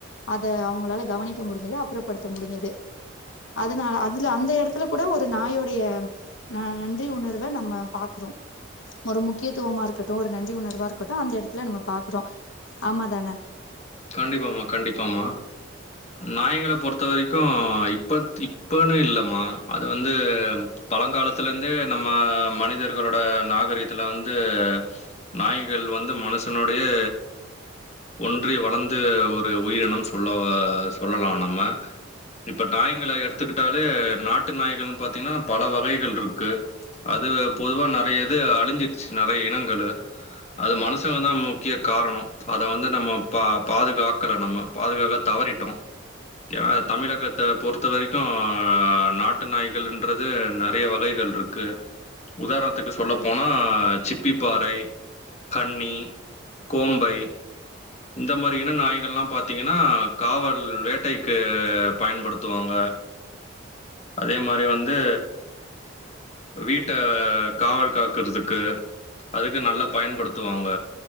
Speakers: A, on the left; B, on the left.
A: அத அவுங்களால கவனிக்க முடிஞ்சுது அப்புறப்படுத்த முடிஞ்சுது அதனால அதுல அந்த எடத்துல கூட ஒரு நாயுடைய ந நன்றி உணர்வ நம்ம பாக்குறோ ஒரு முக்கியத்துவமா இருக்கட்டு ஒரு நன்றி உணர்வா இருக்கட்டு அந்த எடத்துல நம்ம பாக்குறோ ஆமா தான
B: கண்டிபாமா கண்டிப்பாமா நாய்ங்கள பொறுத்த வரிக்கு இப்பத் இப்பனு இல்லம்மா அது வந்து பழங்காலத்துலந்தே நம்ம மனிதர்களோட நாகரிகத்துல வந்து நாய்கள் வந்து மனுஷனோடயே ஒன்றி வள ந்து ஒரு உயிரினம் சொல்லவ சொல்லலா நம்ம இப்ப டாய்ங்கள எடுத்துக்கிட்டாலே நாட்டு நாய்கள்ன் பாத்தீங்னா பல வகைகள்ருக்கு அதுல பொதுவா நறைய இது அழிஞ்சிட்ச்சு நறைய இனங்களு அது மனுஷங்க தா முக்கிய காரணோ அத வந்து நம்ம பா பாதுகாக்கல நம்ம பாதுகாக்க தவறிட்டம் ஏனா தமிழகத்த பொறுத்த வரிக்கு நாட்டு நாய்கள்ன்றது நறைய வகைகள்ருக்கு உதாரத்துக்கு சொல்லப்போனா சிப்பிப்பாறை கன்னி கோம்பை ன் ந்த மாரி இன நாய்கள்ல்லாம் பாத்தீங்கனா காவல் வேட்டைக்கு பயன்படுத்துவாங்க அதே மாரி வந்து வீட்ட வ காவல் காக்குறதுக்கு அதுக்கு நல்லா பயன்படுத்துவாங்க